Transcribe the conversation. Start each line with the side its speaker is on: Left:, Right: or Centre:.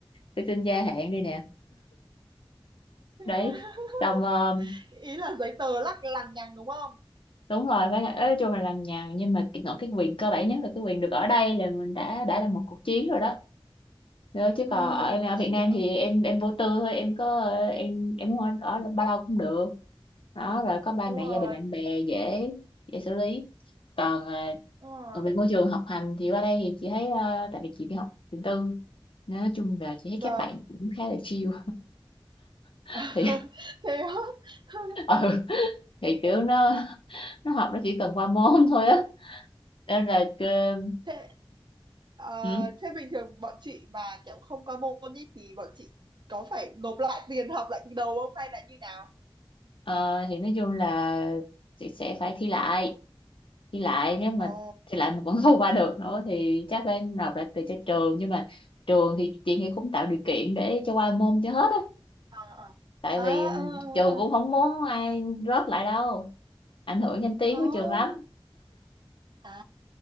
Left: phải xin gia hạn đi nè
Right: <laughs>
Left: đấy xong ờ,
Right: ý là giấy tờ lắc lằng nhằng đúng không
Left: đúng rồi phải là nói chung là lằng nhằng nhưng mà cái- nói cái quyền cơ bản nhất là cái quyền được ở đây là mình đã đã là một cuộc chiến rồi đó Đó, chứ
Right: ừ
Left: còn ở em ở Việt
Right: em
Left: Nam
Right: hiểu
Left: thì em em vô tư thôi em có em em muốn ở ở bao lâu cũng được đó rồi có ba
Right: đúng
Left: mẹ
Right: rồi
Left: gia đình bạn bè dễ dễ xử lý còn à,
Right: đúng rồi
Left: còn về môi trường học hành thì qua đây thì chị thấy à, tại vì chị đi học trường tư nên nói chung là chị thấy
Right: vâng
Left: các bạn cũng khá là chill <laughs>
Right: <laughs>
Left: thì
Right: thế á? <laughs>
Left: ừ thì kiểu nó nó học nó chỉ cần qua môn <laughs> thôi á nên là cơ-
Right: thế ờ,
Left: ừ,
Right: thế bình thường bọn chị mà kiểu không qua môn ý, thì bọn chị có phải nộp lại tiền học lại từ đầu không hay là như nào
Left: ờ, thì nói chung là chị sẽ phải thi lại đi lại nếu mà
Right: ồ
Left: thì lại mà vẫn <laughs> không qua được nữa thì chắc phải nộp lại từ cho trường nhưng mà trường thì chị nghĩ cũng tạo điều kiện để cho qua môn cho hết á
Right: à
Left: tại
Right: à
Left: vì ừm,
Right: à à
Left: trường cũng
Right: à
Left: không muốn ai rớt lại đâu ảnh hưởng danh tiếng
Right: à
Left: của trường lắm
Right: à.